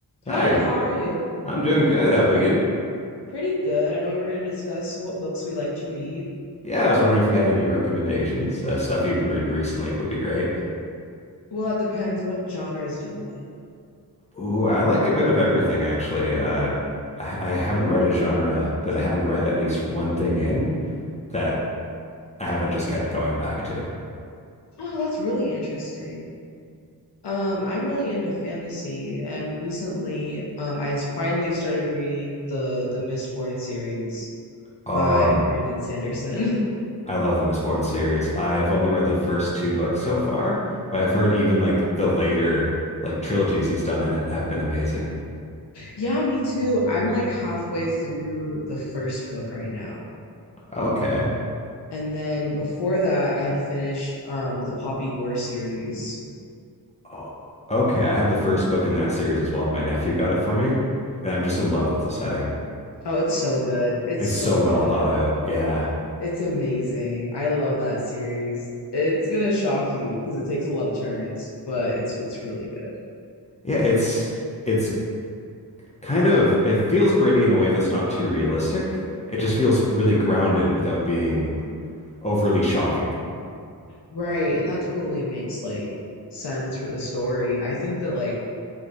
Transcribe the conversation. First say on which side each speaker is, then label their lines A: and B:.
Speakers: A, on the left; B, on the left.
A: Hi,
B: Hi, how are you?
A: I'm doing good. How about you?
B: Pretty good. I know we were going to discuss what books we like to read.
A: Yeah, I was wondering if you had any recommendations. Uh, stuff you've been reading recently would be great.
B: Well, it depends. What genres do you like?
A: Ooh, I like a bit of everything, actually. Uh, I, I haven't read a genre that I haven't read at least one thing in that I haven't just kept going back to.
B: Oh, that's really interesting. Um, I'm really into fantasy, and recently, um, I s- finally started reading the the Mistborn series
A: Oh,
B: by
A: um,
B: Brandon Sanderson. <laughs>
A: I love the Mistborn series. I've only read the first two books so far, but I've heard even like the later like trilogies he's done in it have been amazing.
B: Yeah, me too. I'm like halfway through the first book right now.
A: Okay.
B: And then before that, I had finished um the Poppy War series.
A: Oh, okay. I have the first book in that series as well. My nephew got it for me, and I'm just in love with the setting.
B: Oh, it's so good. It's
A: It's so
B: so
A: well
B: good.
A: thought out. Yeah.
B: It's amazing. I love that series. It's gonna shock you because it takes a lot of turns, but it's it's really good.
A: Yeah, it's it's kind of it feels gritty in a way that's not too realistic. It just feels really grounded without being overly shocking.
B: Right, and that totally makes like sense for the story. I think that like,